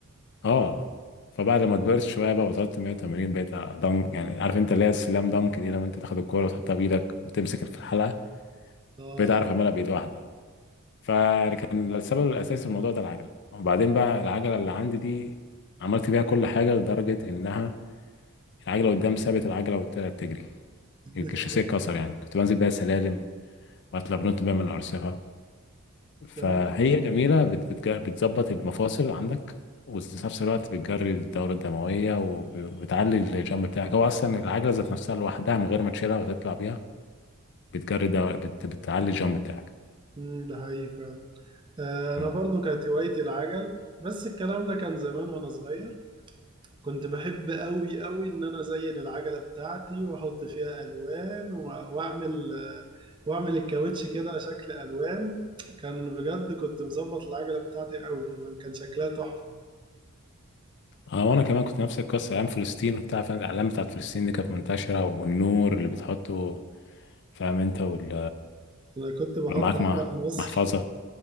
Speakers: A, on the left; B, on the right.
A: اه فبعد ما كبرت شويه بقى وصلت 180 بقيت دنك يعني عارف انت اللي هي السلام دنك دي لما انت تاخد الكوره وتحطها بايدك وتمسك في الحلقه
B: آه
A: بقيت اعرف اعملها بايد واحده فكان السبب الاساسي في الموضوع ده العجله وبعدين بقى العجله اللي عندي دي عملت بيها كل حاجه لدرجه انها العجله قدام ثابت العجله والتانيه بتجري
B: <laughs>
A: الشاسيه اتكسر يعني كنت بنزل بيها سلالم واتلبنت بيها من ارصفه فهي
B: يا نهار
A: جميله بت- بتج- بتظبط المفاصل عندك وفي نفس الوقت بتجري الدوره الدمويه وبتعلي الجامب بتاعك هو اصلا العجله ذات نفسها لوحدها من غير ما تشيلها وتطلع بيها بتجري الدو- بت... بتعلي الجامب بتاعك
B: أمم، ده حقيقي فعلا آه
A: مم.
B: أنا برضو كانت هوايتي العجل بس الكلام ده كان زمان وأنا صغير كنت بحب قوي قوي ان انا ازين العجله بتاعتي واحط فيها الوان و- واعمل واعمل الكاوتش كده شكل الوان كان بجد كنت مظبط العجله بتاعتي قوي كمان كان شكلها تحفه
A: اه وانا كمان كنت نفس القصه ايام فلسطين وبتاع فاهم الاعلام بتاعت فلسطين دي كانت منتشره والنور اللي بتحطه فاهم انت وال...
B: انا كنت بحط
A: ولو معاك
B: علم
A: مع
B: مصر
A: محفظه